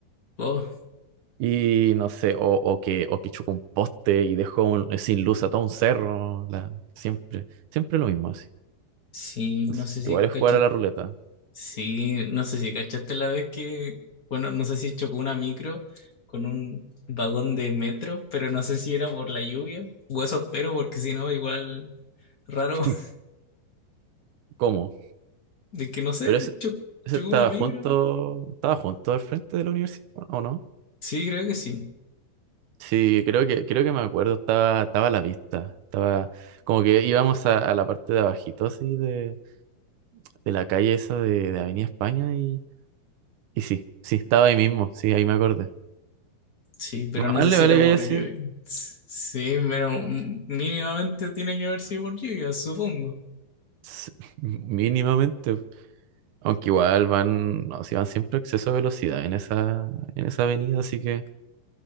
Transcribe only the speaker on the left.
Oh,
sí,
no sé si
cachas
Sí, no sé si cachaste la vez que, bueno, no sé si chocó una micro con un vagón de metro, pero no sé si era por la lluvia, o eso espero, porque si no, igual raro,
<laughs>
de que no sé,
cho-
chocó
una micro.
Sí, creo que sí,
sí, pero
no sé
si
era
por
lluvia. S- Sí, pero mm, mínimamente tiene que haber sido por lluvia, supongo.